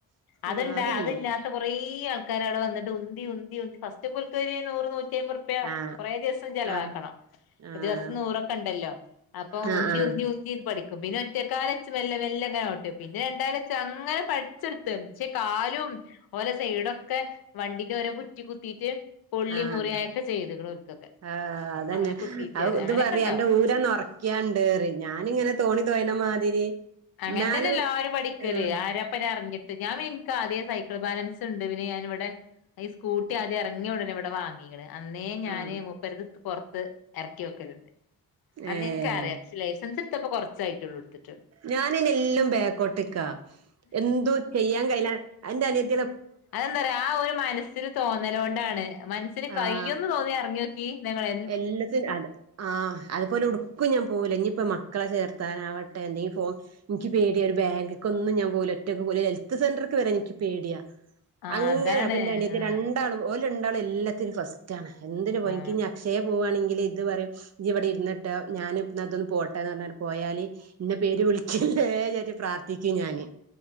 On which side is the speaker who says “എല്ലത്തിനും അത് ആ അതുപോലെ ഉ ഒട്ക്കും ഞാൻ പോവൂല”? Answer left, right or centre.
Right